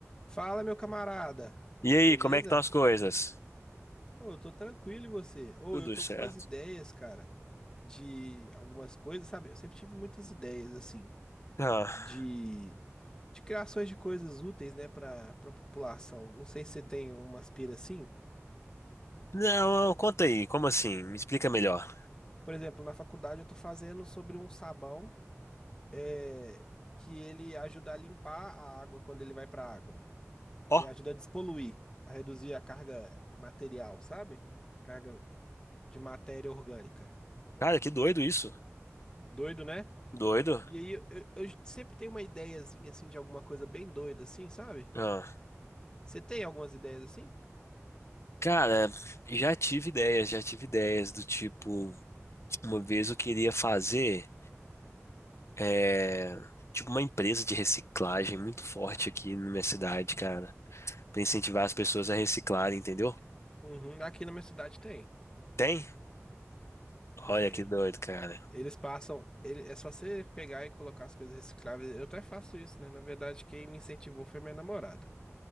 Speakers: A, on the left; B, on the left.
A: Fala, meu camarada.
B: E aí,
A: Beleza?
B: como é que estão as coisas?
A: Ô, eu tô tranquilo e você? Ou
B: Tudo
A: eu tô
B: certo.
A: com umas ideias, cara, de algumas coisas, sabe? Eu sempre tive muitas ideias assim
B: Ah,
A: de de criações de coisas úteis, né, para para população. Não sei se você tem umas pira assim.
B: não, conta aí, como assim? Me explica melhor.
A: Por exemplo, na faculdade eu tô fazendo sobre um sabão é, que ele ajuda a limpar a água quando ele vai pra água. Ele
B: Ó,
A: ajuda a despoluir, a reduzir a carga material, sabe? Carga de matéria orgânica.
B: cara, que doido isso.
A: Doido, né?
B: Doido.
A: E aí eu, eu- eu sempre tenho uma ideiazinha assim de alguma coisa bem doida assim, sabe?
B: Ah,
A: Você tem algumas ideias assim?
B: cara, já tive ideias, já tive ideias do tipo, uma vez eu queria fazer, é, tipo, uma empresa de reciclagem muito forte aqui na minha cidade, cara, pra incentivar as pessoas a reciclarem, entendeu?
A: Uhum, aqui na minha cidade tem.
B: Tem? Olha
A: Tem.
B: que doido, cara.
A: Eles passam, ele- é só você pegar e colocar as coisas recicláveis. Eu até faço isso, né? Na verdade, quem me incentivou foi minha namorada.